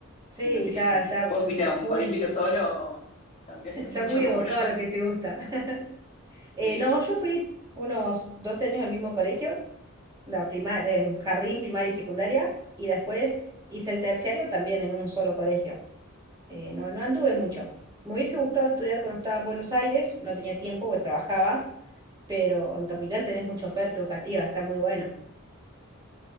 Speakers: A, on the right; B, on the left.
A: Sí,
B: Pero sí,
A: ya, ya
B: ¿vos fuiste a un
A: muy,
B: colegio solo o cambiaste
A: <laughs> ya
B: <laughs> mucho
A: muy
B: como
A: evocado
B: yo?
A: a lo que te gusta. <laughs> Eh,
B: Sí,
A: no, yo fui unos 12 años al mismo colegio, la primaria, jardín, primaria y secundaria, y después hice el terciario también en un solo colegio. Eh, no, no anduve mucho. Me hubiese gustado estudiar cuando estaba en Buenos Aires, no tenía tiempo porque trabajaba, pero en Capital tenés mucha oferta educativa, está muy bueno.